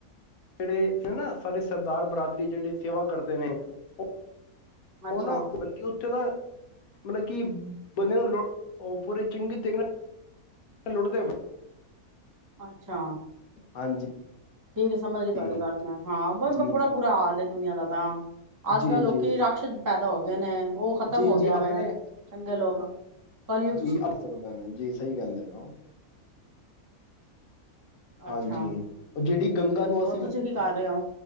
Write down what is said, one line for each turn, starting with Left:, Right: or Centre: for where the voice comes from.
Left: ਜਿਹੜੇ ਹਨਾ ਸਾਡੇ ਸਰਦਾਰ ਬਰਾਦਰੀ, ਜਿਹੜੇ ਸੇਵਾ ਕਰਦੇ ਨੇ, ਉਹ
Right: ਅੱਛਾ
Left: ਉਹ ਨਾ ਪੱਤਾ ਨਹੀਂ ਕੀ ਉੱਥੇ ਤਾਂ ਮਤਲਬ ਕਿ ਬੰਦੇ ਨੂੰ ਪੂਰੇ ਚੰਗੇ ਤਰੀਕੇ ਨਾਲ ਲੁੱਟਦੇ ਹਨ।
Right: ਅੱਛਾ!
Left: ਹਾਂਜੀ।
Right: ਠੀਕ ਹੈ, ਸਮਝ ਗਈ ਤੁਹਾਡੀ
Left: ਜੀ
Right: ਗੱਲ ਮੈਂ ਹਾਂ ਬਸ
Left: ਜੀ ਜੀ
Right: ਬੜਾ ਬੁਰਾ ਹਾਲ ਏ ਦੁਨੀਆਂ ਦਾ। ਤਾਂ ਅੱਜ
Left: ਜੀ
Right: ਕੱਲ੍ਹ ਲੋਕੀ
Left: ਜੀ
Right: ਰਾਕਸ਼ ਪੈਦਾ ਹੋ ਗਏ ਨੇ ਉਹ ਖ਼ਤਮ
Left: ਜੀ
Right: ਹੋ
Left: ਜੀ
Right: ਗਿਆ
Left: ਆਪਣੇ
Right: ਵਾ ਚੰਗੇ ਲੋਕ ਕਲਯੁਗ
Left: ਜੀ
Right: ਚ
Left: ਆ ਸਕਦੇ ਨੇ, ਜੀ ਸਹੀ ਕਹਿੰਦੇ ਪਏ ਓ। ਹਾਂਜੀ
Right: ਅੱਛਾ
Left: ਉਹ, ਜਿਹੜੀ ਗੰਗਾ ਨੂੰ ਅਸੀਂ
Right: ਹੋਰ ਤੁਸੀਂ ਕੀ ਕਰ ਰਹੇ ਹੋ